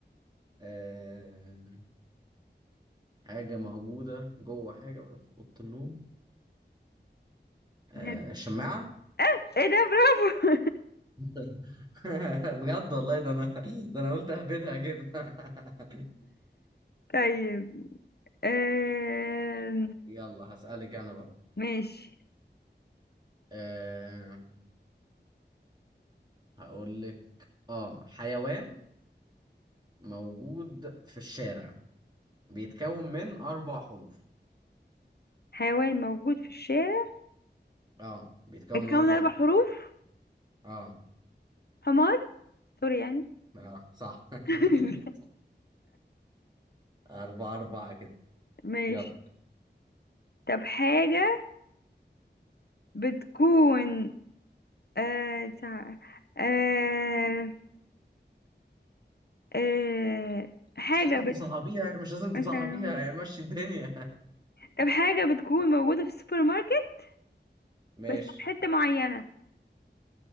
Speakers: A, on the right; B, on the left.
A: آه حاجة موجودة جوه حاجة في أوضة النوم آه
B: هد-
A: الشماعة
B: آه، ايه ده برافو
A: <laughs> بجد والله ده أنا ده أنا قلت أهبدها كده <laughs>
B: <laughs> طيب آه
A: يلا هسألك أنا بقى
B: ماشي
A: آه هقول لك اه حيوان موجود في الشارع بيتكون من أربع حروف
B: حيوان موجود في الشارع
A: اه بيتكون
B: بيتكون
A: من أربع
B: أربع
A: حروف
B: حروف
A: اه
B: حمار سوري يعني
A: اه صح <laughs>
B: <laughs>
A: صح أربعة أربعة كده
B: ماشي
A: يلا
B: طب حاجة بتكون آه تع- آه آه حاجة
A: مش لازم
B: بت...
A: تصعبيها مش لازم تصعبيها
B: مثلا
A: يعني مشي الدنيا
B: طب حاجة بتكون موجودة في السوبر ماركت
A: <laughs> ماشي
B: بس في حتة معينة